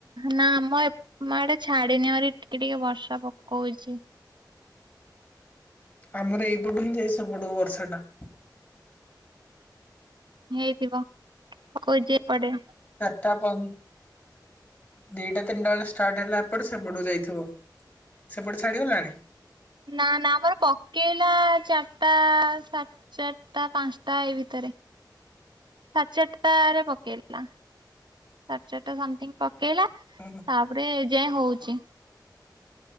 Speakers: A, on the right; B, on the left.
A: ନା ଆମ ଏ ମା ଆଡେ ଛାଡିନି ମରି ଟିକେ ଟିକେ ବର୍ଷା ପକଉଛି।
B: ଆମର ଏଇପଟୁ ହିଁ ଯାଇ ସପଟକୁ ବର୍ଷା ଟା।
A: <inaudible> ହେଇଥିବ ଯ ପଡେ
B: ତାପଣ ଦଟ ତିନ ଟା ବେଳେ ଷ୍ଟାର୍ଟ ହେଲା ଏପଟେ ସେପଟକୁ ଯାଇଥି ଥିବ ସେପଟେ। ଛାଡିଗଲାଣି?
A: ନା ନା ଆମର ପ ପକେଇଲା ଚାରିଟା ସାତ ଚାରଟା ପାଞ୍ଚଟା ଏଇ ଭିତରେ ସାଢ ଚାରଟାରେ ପକେଇଲା ସାଢ ଚାରିଟା ସୋମଥିଙ୍ଗ ପ ପକେଇଲା
B: ହୁଁ
A: ତାପରେ। ଏଯାଏଁ ହଉଛି।